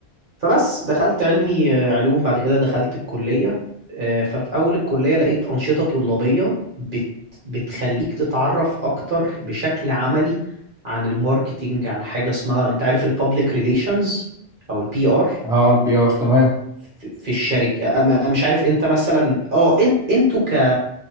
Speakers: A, on the right (about 50°); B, in the centre.
A: فبس دخلت علمي آه، علوم بعد كده دخلت الكليه آه، ففي اول الكليه لقيت انشطه طلابيه بت بتخليك تتعرف اكتر بشكل عملي عن الماركتينج عن حاجه اسمها انت عارف البابليك ريليشنز او البي ار
B: اه البي ار تمام
A: في في الشركه أنا- أنا مش عارف انت مثلا اه انت انتوا ك